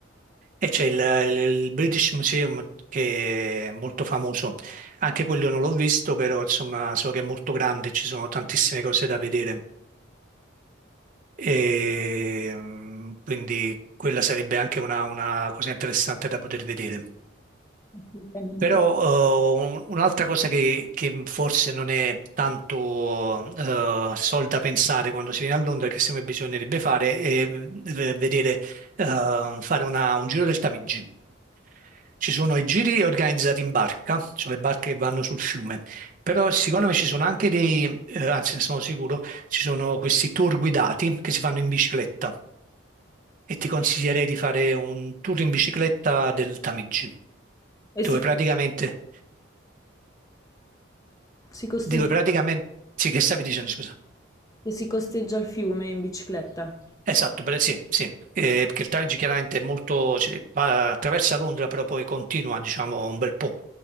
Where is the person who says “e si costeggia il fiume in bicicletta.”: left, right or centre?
Left